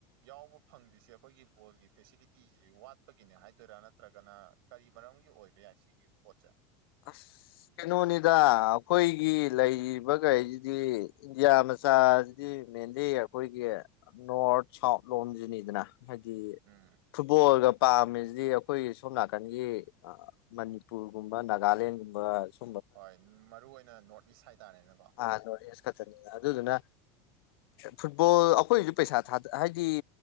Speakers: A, on the right; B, on the left.
A: ꯌꯥꯎꯕ ꯐꯪꯗ꯭ꯔꯤꯁꯦ ꯑꯩꯈꯣꯏꯒꯤ ꯕꯣꯜꯒꯤ ꯐꯦꯁꯤꯂꯤꯇꯤꯁꯤ ꯋꯥꯠꯄꯒꯤꯅꯦ ꯍꯥꯏꯗꯣꯏꯔꯥ ꯅꯠꯇ꯭ꯔꯒꯅ ꯀꯔꯤ ꯃꯔꯝꯒꯤ ꯑꯣꯏꯕ ꯄꯁꯤ ꯄꯆꯥ
B: ꯑꯁ ꯀꯩꯅꯣꯅꯤꯗ ꯑꯩꯈꯣꯏꯒꯤ ꯂꯩꯔꯤꯕꯈꯩꯁꯤꯗꯤ ꯏꯟꯗꯤꯌꯥ ꯃꯆꯥꯁꯤꯗꯤ ꯃꯦꯟꯂꯤ ꯑꯩꯈꯣꯏꯒꯤ ꯅꯣꯔꯠ ꯁꯥꯎꯠ ꯂꯣꯝꯁꯤꯅꯤꯗꯅ ꯍꯥꯏꯗꯤ
A: ꯎꯝ
B: ꯐꯨꯠꯕꯣꯜꯒ ꯄꯥꯝꯃꯤꯁꯤꯗꯤ ꯑꯩꯈꯣꯏ ꯁꯣꯝ ꯅꯥꯀꯟꯒꯤ ꯑ ꯃꯅꯤꯄꯨꯔꯒꯨꯝꯕ ꯅꯥꯒ ꯒꯥꯂꯦꯟꯒꯨꯝꯕ ꯁ
A: ꯍꯣꯏ ꯃꯔꯨ ꯑꯣꯏꯅ ꯅꯣꯔꯠ ꯏꯁ ꯍꯥꯏꯇꯥꯔꯦꯅꯀꯣ
B: ꯑꯥ ꯅꯣꯔꯠ ꯏꯁ ꯑꯗꯨꯗꯨꯅ ꯐꯨꯠꯕꯣꯜ ꯑꯩꯈꯣꯏꯁꯨ ꯄꯩꯁꯥ ꯊꯥ ꯍꯥꯏꯗꯤ